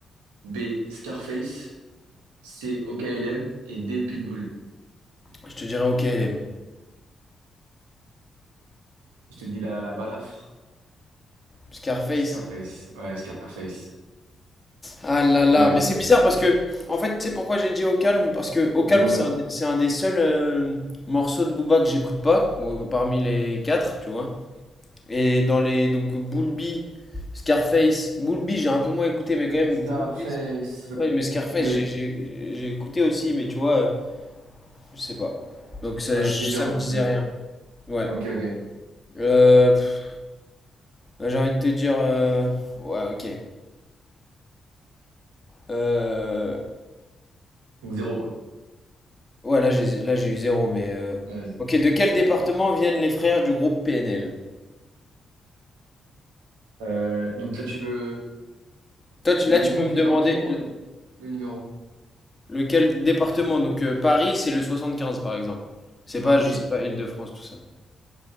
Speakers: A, on the right; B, on the left.
A: B, Scarface. C, OKLM. Et D, Pitbull.
B: je te dirai OK LM.
A: Je te dis la, la balafre.
B: Scarface,
A: Scarface. Ouais, Scarface.
B: Ah là là,
A: Dommage,
B: mais
A: dommage.
B: c'est bizarre parce que, en fait, tu sais pourquoi j'ai dit Au Calme? Parce que Au
A: Dis-moi.
B: Calme, c'est un, des c'est un des seuls euh, morceaux de Booba que j'écoute pas, euh, parmi les quatre, tu vois. Et dans les, donc, Bulbi, Scarface, Bulbi, j'ai un peu moins écouté, mais quand même,
A: Starface.
B: Bulbi, ouais, mais Scarface,
A: Mais
B: j'ai j'ai- j'ai écouté aussi, mais tu vois, euh, je sais pas. Donc ça,
A: ouais,
B: je-
A: c'était dur,
B: ça me
A: hein,
B: disait
A: c'était
B: rien.
A: dur.
B: Ouais.
A: Ok, ok.
B: Euh, pff, j'ai envie de te dire, euh, ouais, ok. Euh,
A: Donc zéro, quoi.
B: Ouais, là j'ai là j'ai eu zéro, mais euh,
A: Vas-y.
B: Ok, de quel département viennent les frères du groupe PNL?
A: Euh, donc là, tu veux
B: Toi, tu-
A: le
B: là, tu
A: nom
B: peux
A: du
B: me
A: département
B: demander le-
A: ou le le numéro?
B: lequel département. Donc euh, Paris, c'est le 75, par exemple. C'est pas,
A: Ah, ok.
B: je sais pas, Île-de-France, tout ça.